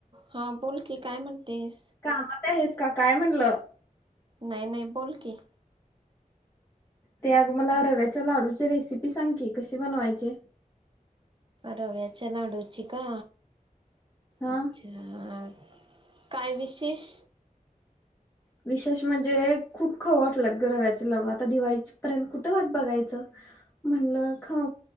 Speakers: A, on the right; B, on the left.
A: हां बोल की काय म्हणतेस.
B: कामात आहेस का काय म्हणलं?
A: नाही- नाही बोल की.
B: ते अग मला रव्याच्या लाडूची रेसिपी सांग की, कसे बनवायचे?
A: रव्या च्या लाडूची का?
B: हा
A: अच्छा हा काय विशेष?
B: विशेष म्हणजे, खूप खावू वाटल्यात ग रव्याचे लाडू, आता दिवाळीच पर्यंत कुठं वाट बघायचं म्हणलं खा